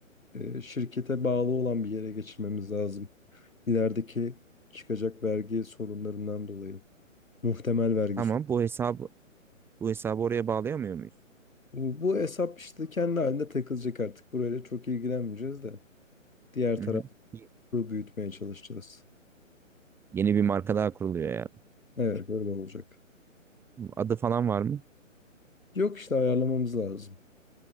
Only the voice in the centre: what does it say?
Tamam
bu hesabı bu hesabı oraya bağlayamıyor muyuz?
Hı
hı. Y-
Yeni bir marka daha kuruluyor yani.
Adı falan var mı?